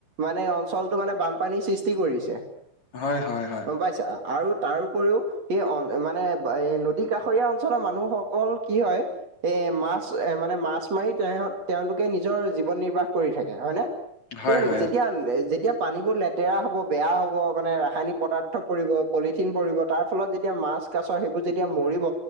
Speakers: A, on the right (about 45°); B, on the left (about 45°).
A: মানে অঞ্চলটো মানে বানপানীৰ সৃষ্টি কৰিছে।
B: হয়-হয়-হয়।
A: গম পাইছ আৰু তাৰ উপৰিও সেই মানে বা এই নদী কাষৰীয়া অঞ্চলৰ মানুহসকল কি হয় এ মাছ এ মানে মাছ মাৰি তেওঁ - তেওঁলোকে নিজৰ জীৱন নিৰ্বাহ কৰি থাকে। হয় নে?
B: হয়
A: সেই
B: হয়
A: যেতিয়া - যেতিয়া পানীবোৰ লেতেৰা হ'ব, বেয়া হ'ব মানে ৰাসায়নিক পদাৰ্থ পৰিব, পলিথিন পৰিব। তাৰ ফলত যেতিয়া মাছ মাছ সেইবোৰ যেতিয়া মৰিব